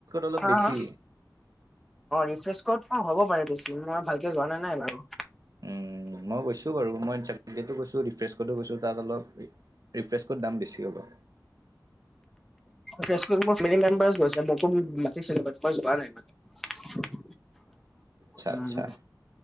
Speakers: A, on the right (about 55°); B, in the centre.
A: অলপ
B: হা-হা!
A: বেছি
B: ৰিফ্ৰেছখধ হ'ব পাৰে বেছি মই ভাল <inaudible> কিয় যোৱা নাই ন এবাৰু।
A: উম মই গৈছো বাৰু মই <unintelligible> গৈছো ৰিফ্ৰেছতো গৈছোঁ তাত অলপ ৰিফ্ৰেছ কত দাম বেছি হ'ব।
B: ফ্ৰেছকত মিলি মেম্বাৰ গৈছে মোকো ম মাতিছিলে মই যোৱা নাই মা
A: আচ্ছা
B: উম
A: আচ্ছা